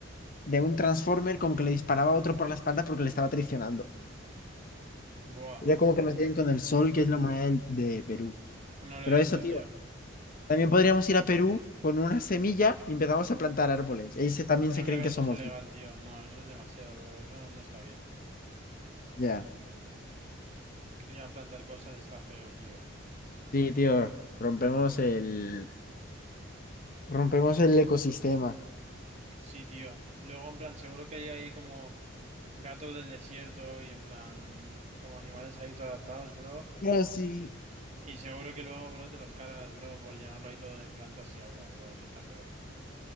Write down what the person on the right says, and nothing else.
Buah.
No lo
he visto,
tío.
Yo
creo que
eso
es ilegal, tío. No, eso es demasiado, bro. Eso no no está bien.
Ir a plantar cosas está feo, tío.
Sí, tío. Luego, en plan, seguro que hay ahí como gatos del desierto y en plan, como animales ahí todo adaptados, bro.
Y seguro que luego, bro, te los cargas, bro, por llenarlo ahí todo de plantas y agua, bro. Eso está feo.